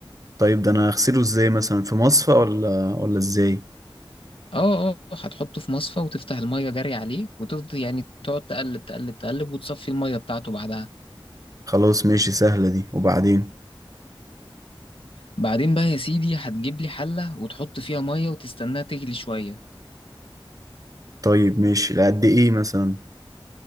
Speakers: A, on the right; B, on the left.
A: طيب ده انا اغسله ازاي مثلا في مصفى ولا ولا ازاي
B: اه اه آه، هتحطه في مصفى وتفتح الميه جري عليه وتفضل يعني تقعد تقلب تقلب تقلب وتصفي الميه بتاعته بعدها
A: خلاص ماشي سهلة دي وبعدين
B: بعدين بقى يا سيدي هتجيب لي حله وتحط فيها ميه وتستناها تغلي شويه
A: طيب ماشي لقد ايه مثلا